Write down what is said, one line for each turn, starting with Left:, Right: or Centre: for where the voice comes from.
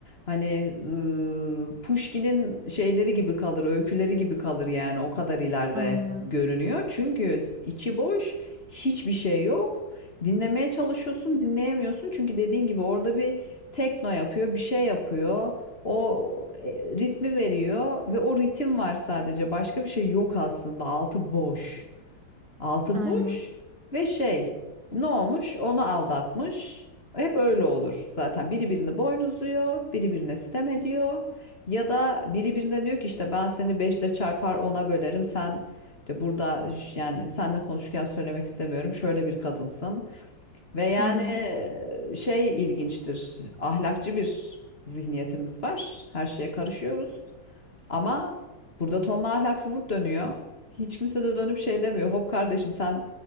Left: hani ıı, Puşkin'in şeyleri gibi kalır, öyküleri gibi kalır yani o kadar ileride
Right: Aynen.
Left: görünüyor. Çünkü içi boş, hiçbir şey yok. Dinlemeye çalışıyorsun, dinleyemiyorsun. Çünkü dediğin gibi orada bir tekno yapıyor, bir şey yapıyor. O e, ritmi veriyor ve o ritim var sadece. Başka bir şey yok aslında. Altı boş. Altı
Right: Aynen.
Left: boş ve şey ne olmuş onu aldatmış. Hep öyle olur zaten biri birini boynuzluyor, biri birine sitem ediyor ya da biri birine diyor ki işte ben seni beşle çarpar ona bölerim sen işte burada yani seninle konuşurken söylemek istemiyorum şöyle bir kadınsın ve yani
Right: Hı hı.
Left: e, şey ilginçtir ahlakçı bir zihniyetimiz var her şeye karışıyoruz. Ama burada tonla ahlaksızlık dönüyor. Hiç kimse de dönüp şey demiyor. Hop kardeşim sen